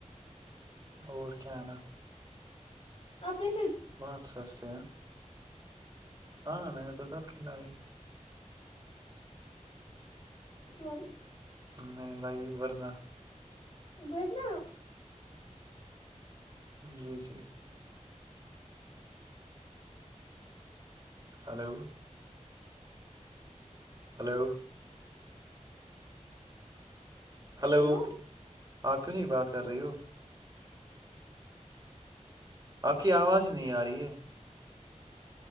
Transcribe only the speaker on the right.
اور کیا نام
بہت سستے ہیں ہاں میں نے تو کب کلاائی
میں نے لائی ورنہ
جی جی ہلو ہلو ہلو
آپ کیوں نہیں بات کریو آپ کی آواز نہیں آ رہی ہے